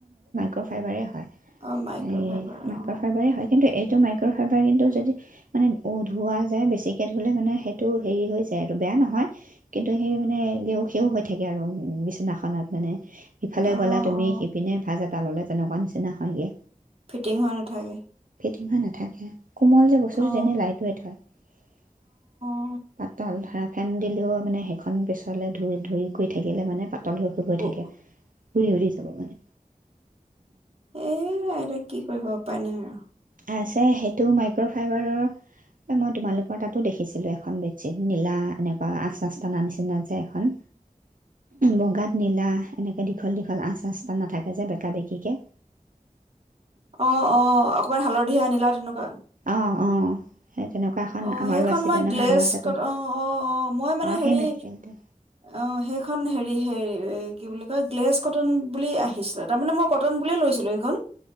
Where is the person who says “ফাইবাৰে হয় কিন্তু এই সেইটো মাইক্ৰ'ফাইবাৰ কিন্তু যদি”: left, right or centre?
Right